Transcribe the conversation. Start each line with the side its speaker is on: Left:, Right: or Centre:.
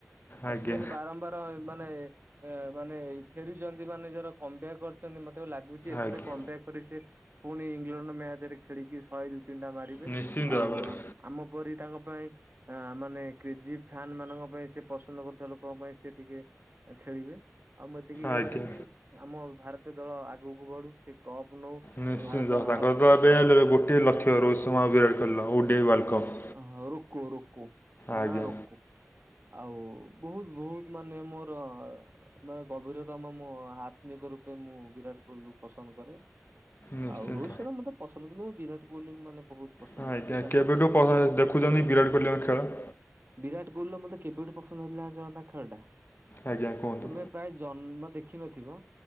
Right: ଆଉ
Left: ଆଜ୍ଞା
Right: ସେ ଯେମିତି ବାରମ୍ବାର <unintelligible> ମାନେ ଏ ମାନେ ଏଇ ଫେରୁଚନ୍ତି ମାନେ ନିଜର କମ୍ ବ୍ୟାକ୍ କ ଚନ୍ତି ମତେ ଏବେ ଲାଗୁଚି ଏଥରେ
Left: ଆଜ୍ଞା
Right: କମ୍ ବ୍ୟାକ୍ ପରି ସେ ଫୁଣି ଇଲଣ୍ଡ ମ୍ୟାଚ୍ ରେ ଖେଳିକି ଶଏ ଦୁଇ ତିନି ଟା ମା ରିବେ
Left: ନିଶ୍ଚିନ୍ତ
Right: ଆଉ
Left: ଭାବରେ
Right: ଆମ ପରି ତାଙ୍କ ପାଇଁ ଆ ମାନେ କ୍ରେଜି ଫ୍ୟାନ ମାନଙ୍କ ପାଇଁ ସେ ପସନ୍ଦ କରୁଥୁବା ଲୋକଙ୍କ ପାଇଁ ସେ ଟିକେ ଏ ଖେଳିବେ ଆଉ ମୁ ଏତିକି ଇଏ
Left: ଆଜ୍ଞା।
Right: କରେକି ଆମ ଭାରତୀୟ ଦଳ ଆଗୁକୁ ବଢୁ ସେ କପ୍ ନଉ।
Left: ନିଶ୍ଚିନ୍ତ
Right: ଭାରତ ନାଁ
Left: ତାଙ୍କର
Right: ରହୁ
Left: <unintelligible> ଗୋଟିଏ ଲକ୍ଷ ରୋହିତ୍ ସମା ଆଉ ବିରାଟ କଇଲ ର <unintelligible> ୱାର୍ଲ୍ଡ କପ୍।
Right: ହଁ ହଁ ରୁକୋ ରୁକୋ ତଙ୍କ
Left: ଆଜ୍ଞା
Right: ନା ରୋକ। ଆଉ ବୋହୁତ ବୋହୁତ ମାନେ ମୋର ମାନେ ଗଭୀର ତମ ମୋ ଆତ୍ମିକ ରୂପେ ମୁଁ ବିରାଟ କୋଇଲିକୁ ପସନ୍ଦ କରେ।
Left: ନିଶ୍ଚିନ୍ତ।
Right: ଆଉ ରୋହିତ ଶର୍ମା ମତେ ପସନ୍ଦ କିନ୍ତୁ ମୁଁ ବିରାଟ କୋଇଲି କୁ ମାନେ ବହୁତ ପସନ୍ଦ
Left: ହଁ ଆଜ୍ଞା
Right: କରେ କାରଣ
Left: କେବେଠୁ
Right: ଗୋଟେ
Left: <unintelligible>
Right: ଛୁଆଟି ବେଳୁ।
Left: ଦେଖୁଚନ୍ତି ବିରାଟ କୋହିଲିଙ୍କ ଖେଳ?
Right: ବିରାଟ କୋଇଲ ର ମତେ କେବେଠୁ ପସନ୍ଦ ହେଲା ଜାଞ୍ଚନା ତାଙ୍କ ଖେଳଟା?
Left: ଆଜ୍ଞା କୁହନ୍ତୁ।
Right: ତମେ ପ୍ରାୟ ଜନ୍ମ ଦେଖିନଥିବ